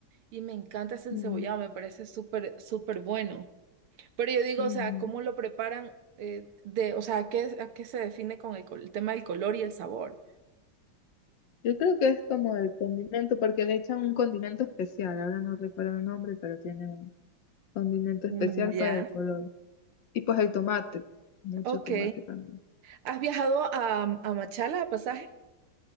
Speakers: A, on the right; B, on the left.
A: Y me encanta ese encebollado,
B: Mm,
A: me parece súper, súper bueno. Pero yo digo,
B: ujú.
A: o sea, ¿cómo lo preparan? eh, de, o sea, ¿a qué, a qué se define con el, col- el tema del color y el sabor?
B: Yo creo que es como el condimento, porque le echan un condimento especial, ahora no recuerdo el nombre, pero tiene un condimento
A: Mm,
B: especial
A: Ya,
B: para el color. Y pues el tomate, mucho
A: ok.
B: tomate también.
A: ¿Has viajado a, a Machala a pasaje?